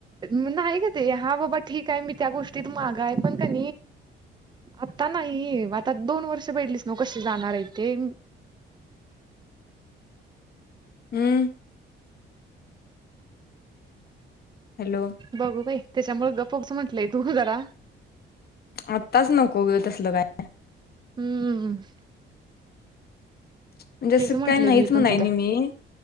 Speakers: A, on the right; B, on the left.
A: नाही ग ते हा बाबा ठीक आहे मी त्या गोष्टीत मागाय पण का आता नाही आता दोन वर्ष भेली मग कसे जाणार आहे ते
B: हम्म हॅलो
A: बघू काही त्याच्यामु गप्पस म्हटलंय तू जरा
B: आत्ताच नको गे तसलं काय
A: हम्म हम्
B: म्हणजें
A: म्हंटलंय
B: काय नाहीच
A: मी
B: म्हणाय
A: पण तिला
B: नाही मी